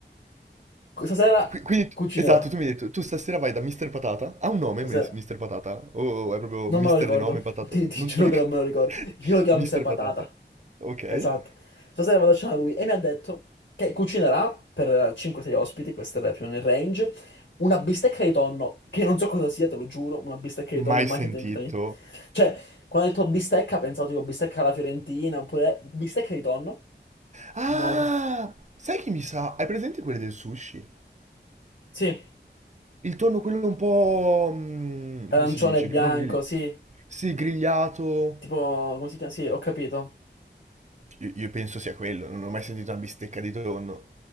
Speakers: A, on the left; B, on the right.
A: Stasera
B: Qui- Quindi, tu-
A: cucinerà.
B: esatto, tu mi hai detto, tu stasera vai da Mr. Patata? Ha un nome,
A: Stasera.
B: Mis- Mr. Patata? O è proprio
A: Non
B: Mister
A: me lo ricordo.
B: di nome, patata?
A: <laughs> Ti, ti
B: Non
A: giuro
B: te lo ricordo.
A: che non me lo ricordo.
B: <laughs>
A: Io lo chiamo
B: Mr.
A: Mr. Patata.
B: Patata. Ok.
A: Esatto. Stasera vado a cena da lui e mi ha detto che cucinerà per 5-6 ospiti, questa è la più nel range, una bistecca di tonno, che non so cosa sia, te lo giuro, una bistecca di tonno
B: Mai
A: mai
B: sentito.
A: sentita in vita mia. Cioè, quando ho detto bistecca, pensavo tipo bistecca alla Fiorentina, oppure bistecca di tonno?
B: Ah!
A: No.
B: Sai chi mi sa? Hai presente quelle del sushi?
A: Sì,
B: Il tonno quello un po'... mm,
A: arancione
B: come si dice?
A: e bianco,
B: Non grill...
A: sì.
B: Sì, grigliato.
A: Tipo, come si chiama? Sì, ho capito.
B: Io, io penso sia quello, non ho mai sentito una bistecca di tonno.